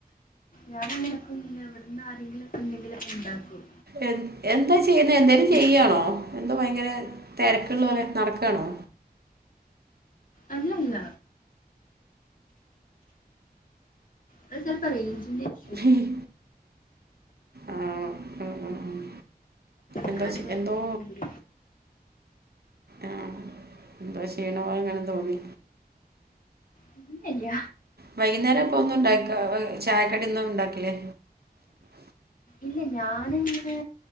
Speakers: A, on the left (about 55°); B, on the right (about 70°).
A: ഞാനങ്ങനൊക്ക ഇല്ല ഇവിടന്ന് ആരെങ്കിലുംക്കെ ഉണ്ടെങ്കിൽ ഇണ്ടാക്കും
B: എ എന്താ ചെയ്യുന്ന എന്തേലും ചെയ്യുവാണോ
A: ഒക്കെ
B: എന്തോ ഭയങ്കരെ തെരക്കുള്ളോ ലെ നടക്കാണോ
A: അല്ലല്ല അത് സ്വൽപ്പ റെയിഞ്ചിന്റെ ഉം
B: ആഹ് ആഹ് ആഹ് ആഹ് എന്തോചെ
A: ഞാൻ വെറുതെ
B: എന്തോ
A: റൂമിൽ
B: ആഹ് എന്തോ ചെയ്യണമോ അങ്ങനെ തോന്നി
A: പിന്നറിയ
B: വൈകുന്നേരം അപ്പൊ ഒന്നും ഇണ്ടാക്ക ചായക്കടൊന്ന ഉണ്ടാക്കലേ
A: ഇല്ല ഞാന ഇങ്ങനെ